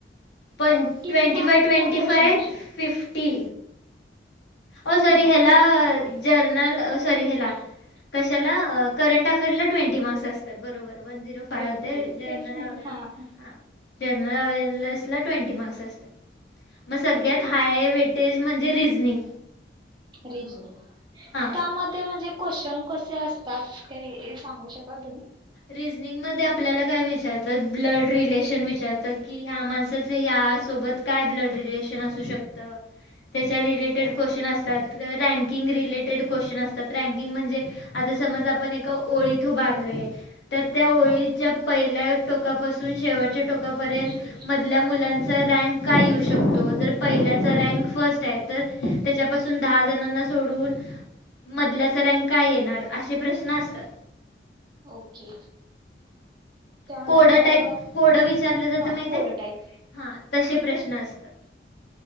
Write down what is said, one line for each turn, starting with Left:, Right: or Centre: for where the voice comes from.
Left: पण
Right: अ किती
Left: ट्वेंटी
Right: मार्क्सचा
Left: फाय ट्वेंटी
Right: क्वेश्चन
Left: फाय
Right: असतो
Left: फिफ टी ओ सॉरी
Right: हा
Left: हेला
Right: फिफ्टी
Left: जर्नल सॉरी हेला कशाला करंट अफेअरला ट्वेंटी मार्क्स असतात बरोबर. वन झीरो फाइव
Right: ट्वेंटी
Left: होतंय जनरल
Right: तेच म्हणलं
Left: अव्हेरनेस
Right: हा
Left: जनरल अव्हेरनेसला ट्वेंटी मार्क्स लसत मग सगळ्यात
Right: ओके
Left: हाय व्हेटेज म्हज जे रिजनिंग
Right: रिजनिंग
Left: हां
Right: त्यामध्ये म्हणजे क्वेशन कसे असतात? काही सांगू शकाल तुम्ही?
Left: रिजनिंगमध्ये आपल्याला काय विचारतात, ब्लड रिलेशन विचारतात कि ह्या माणसाच ह्या या सोबत काय ब्लड रिलेशन असू शकत. त्याच्या रिलेटेड
Right: ओके
Left: क्वेश्चन असतात रँक किंग रिलेटेड क्वेशचन असतात रँकिंग म्हणजे आता समज आपण एका ओळीत उभारलोय. तर त्या ओळीच्या
Right: हां
Left: पहिल्या टोकापासून शेवट च्या टोकापर्यंत
Right: शेवट
Left: मधल्या मुलां चा रँक काय येऊ शकतो? जर पहिल्याचा रँक फर्स्ट आहे, तर त्याच्यापासून दहा जणांना सोडून मधल्याचा रँक काय येणार? असे प्रश्न असतात.
Right: ओके त्यानंतर
Left: कोडं टाईप, कोडं विचारलं जात
Right: हां
Left: माहित
Right: कोड
Left: आहे?
Right: टाईप
Left: हा तसे प्रश्न असतात.